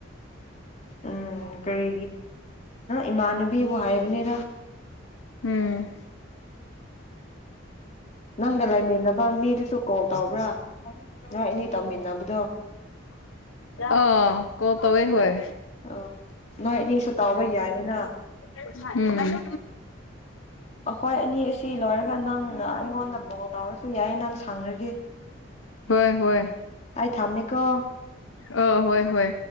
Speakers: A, on the left; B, on the left.
A: ꯎꯝ ꯀꯔꯤ ꯏꯃꯥꯟꯅꯕꯤꯕꯨ ꯍꯥꯏꯕ꯫ ꯅꯦꯔ꯫
B: ꯎꯝ꯫
A: ꯅꯒ ꯂꯥꯏꯃꯤꯅꯕ꯫ ꯅꯪ ꯃꯤꯗꯨꯁꯨ ꯀꯣꯜ ꯇꯧꯕ꯭ꯔꯥ꯫ ꯅꯣꯏ ꯑꯅꯤ ꯇꯧꯃꯤꯟꯅꯕꯗꯣ
B: ꯑ꯫ ꯀꯣꯜ ꯇꯧꯋꯦ ꯍꯣꯏ꯫
A: ꯑ ꯅꯣꯏꯅꯤꯁꯨ ꯇꯧꯕ ꯌꯥꯔꯦ꯫ ꯅ꯫
B: <unintelligible> ꯎꯝ꯫
A: ꯑꯩꯈꯣꯏ ꯑꯅꯤ ꯑꯁꯤ ꯂꯣꯏꯔꯒ ꯅꯪ꯫ ꯑꯩꯉꯣꯟꯗ ꯀꯣꯜ ꯇꯧꯔꯁꯨ ꯌꯥꯏ ꯅꯪ ꯁꯡꯉꯗꯤ꯫
B: ꯍꯣꯏ ꯍꯣꯏ꯫
A: ꯑꯩ ꯊꯝꯃꯦꯀꯣ꯫
B: ꯑ ꯍꯣꯏ ꯍꯣꯏ꯫